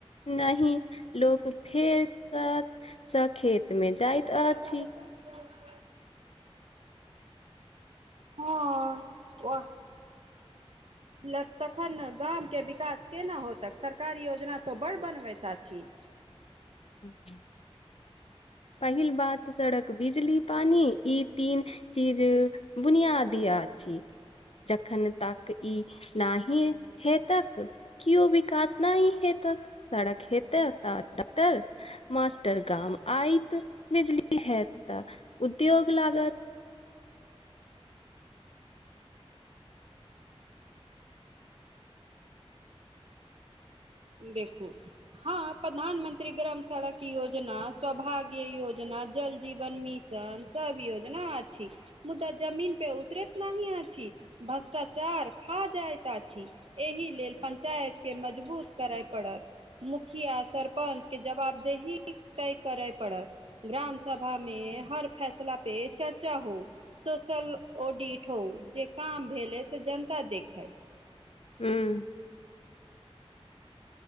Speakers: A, on the left (about 70°); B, on the right (about 65°).
A: नाहि लोक फेकत सँ खेत खेत मे जाइत अछि
B: <unintelligible> हँ ओह ल तखन गाम के विकास केना होतक सरकारी योजना तऽ बड़ बनबैत अछि <inaudible>
A: <unintelligible>
B: <inaudible>
A: पहिल बात सड़क बिजली पानि ई तीन चीज बुनियाद यत छी जखन तक ई नहि हेतक केयो विकास नहि हेतक त सड़क हेतैक टर मास्टर गाम आयत बिजली हेत तऽ उद्योग लागत
B: <inaudible> देखू हँ प्रधानमंत्री ग्राम सड़क योजना सौभाग्य योजना जल जीवन मिशन सब योजना अछि मुदाऽ जमीन पे उतरैत नहि अछि। भ्रष्टाचार खा जाइत अछि एहि लेल पंचायत केँ मजबूत करय पड़त मुखिया सरपंच केँ जवाबदेही तय करय पड़त ग्रा राम सभा मे हर फैसला पे चर्चा हो सोशल ऑडिट हो जे काम भेल ह से जनता देखय
A: ह्म